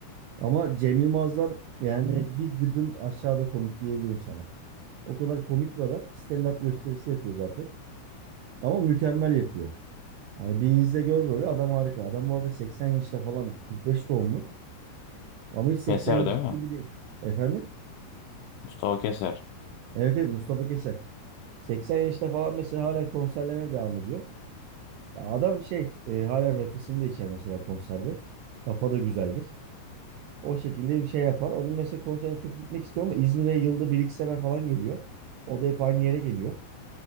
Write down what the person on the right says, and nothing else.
Ama Cem Yılmaz'dan yani bir gıdım aşağıda komik diyebilirim sana. O kadar komik bir adam. Stand-up gösterisi yapıyor zaten. Ama mükemmel yapıyor. Hani bir izle gör böyle adam harika. Adam bu arada 80 yaşında falan 45 doğumlu. Ama hiç 80
yaşında
gibi değil. Efendim?
Evet evet Mustafa Keser. 80 yaşında falan mesela hala konserlerine devam ediyor. Ya adam şey e, hala rakısını da içer mesela konserde. Kafa da güzeldir. O şekilde bir şey yapar. Onun mesela konserine çok gitmek istiyor ama İzmir'e yılda bir iki sefer falan geliyor. O da hep aynı yere geliyor.